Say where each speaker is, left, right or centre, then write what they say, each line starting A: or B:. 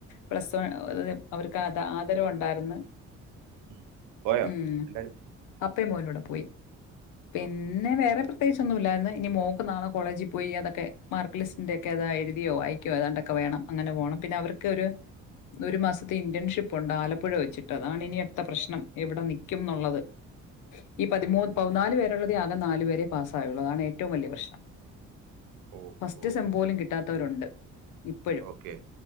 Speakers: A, on the left; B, on the right.
A: പ്ലസ് വൺ <unintelligible>
B: ഉം,
A: അവർക്ക് അത ആദരം ഉണ്ടാരുന്നു
B: ഉം. പോയോ
A: ഉം-
B: എല്ലാരും പോയോ
A: പപ്പേം മോനുടെ പോയി പിന്നെ
B: ആ,
A: വേറെ പ്ര ഒന്നൂല്ലാന്നെ ഇനി മോൾക്ക് നാളെ കോളേജി പോയി അതൊക്കെ മാർക്ക് ലിസ്റ്റിന്റെക്കെ അതാ എഴുതിയോ വായിക്കുകയോ ഏതാണ്ടൊക്കെ വേണം അങ്ങനെ പോണം. പിന്നെ അവർക്ക് ഒരു ഒരു മാസത്തെ ഇന്ടെൻ ഷിപ്പ് ഉണ്ട് ആലപ്പുഴ വെച്ചിട്ട് അതാണ് ഇനിത്ത പ്രശ്നം എവിടെ നിക്കും എന്നുള്ളത് ഈ പതിമൂന്ന് പതിനാല് പേരുള്ളതി ആകെ നാല് പേരെ പാസായി <unintelligible> താണ് ഏറ്റവും വലിയ പ്രശ്നം
B: ഓ
A: ഫസ്റ്റ്
B: ഓ
A: സെം
B: ഓ
A: പോലും കിട്ടാത്തവരുണ്ട് ഇപ്പഴും
B: ഓക്കെ